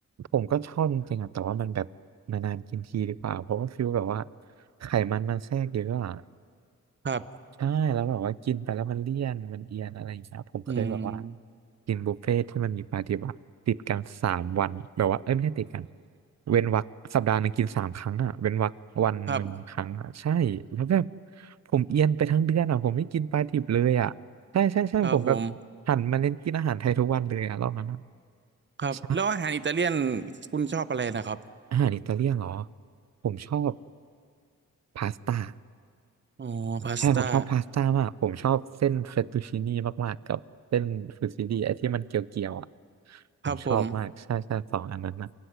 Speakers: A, on the right; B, on the right.
A: ผมก็ชอบจริงๆอะแต่ว่ามันแบบนานๆกินทีดีกว่า เพราะว่าฟิลแบบว่าไขมันมันแทรกเยอะอะ
B: ครับ
A: ใช่แล้วแบบว่ากินไปแล้วมันเลี่ยนมันเอียนอะไรอย่างเงี้ยผมเคยแบบว่า
B: อืม
A: กินบุฟเฟ่ที่มันมีปาฏิบัติติดกันสามวันแบบว่าเอ้ยไม่ใช่ติดกันเว้นวรรคสัปดาห์หนึ่งกินสามครั้งอ่ะ เว้นวรรควันหนึ่งครั้งอ่ะใช่แล้วแบบ
B: ครับ
A: ผมเอียนไปทั้งเดือนอ่ะผมไม่กินปลาดิบเลยอ่ะใช่ใช่ใช่ผมแบบหันมาเน้นกินอาหารไทยทุกวันเลยอ่ะรอบนั้นอะ
B: ครับผมครับแล้วอาหารอิตาเลียน
A: ใช่
B: คุณชอบอะไรนะครับ
A: อาหารอิตาเลียนเหรอผมชอบพาสต้า
B: อ๋อพาสต้า
A: ใช่ผมชอบพาสต้ามากผมชอบเส้นเฟตตูชินี่มากๆกับเส้นฟูซิลี่ไอ้ที่มันเกลียวๆอ่ะผมชอบมากใช่ใช่สองอันนั้นนะ
B: ครับผม